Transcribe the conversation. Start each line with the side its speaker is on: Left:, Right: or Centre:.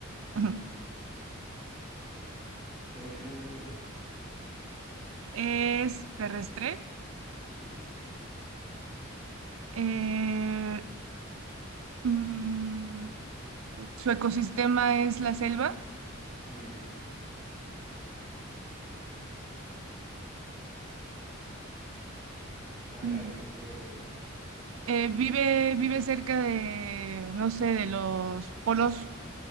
Right: Ujú.
Centre: Tienes que hacerme una pregunta.
Right: Es terrestre.
Centre: Sí.
Right: Eh, mm, su ecosistema es la selva.
Centre: No. Dale,
Right: Mm.
Centre: dale, que se puede.
Right: Eh, vive, vive cerca de, no sé, de los polos.